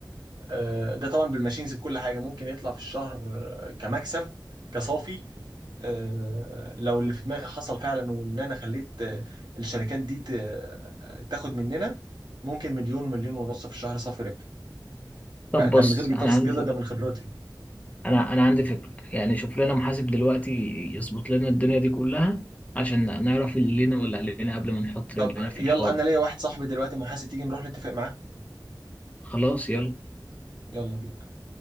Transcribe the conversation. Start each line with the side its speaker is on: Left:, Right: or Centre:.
Right: آه، ده طبعا بالماشينز بكل حاجه ممكن يطلع في الشهر آه، كمكسب كصافي آه، لو اللي في دماغي حصل فعلا وان انا خليت آه، الشركات دي ت- آه، تاخد مننا ممكن مليون مليون ونص في الشهر صافي
Left: طب بص
Right: ده من غير
Left: انا
Right: دراسة
Left: عندي
Right: جدوى
Left: فكرة.
Right: ده من خبرتي
Left: انا انا عندي فكرة يعني شوف لنا محاسب دلوقتي يظبط لنا الدنيا دي كلها عشان نعرف اللي لينا واللي علينا قبل ما نحط رجلنا
Right: طب
Left: في
Right: يلا
Left: الحوار
Right: انا ليا واحد صاحبي دلوقتي محاسب تيجي نروح نتفق معاه
Left: خلاص يلا
Right: يلا بينا